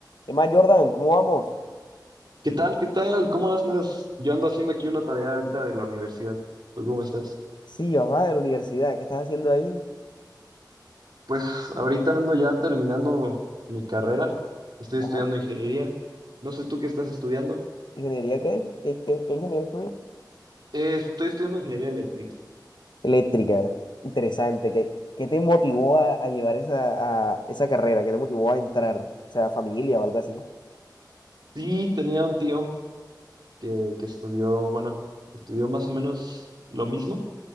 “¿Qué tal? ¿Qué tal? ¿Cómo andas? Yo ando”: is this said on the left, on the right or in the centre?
Right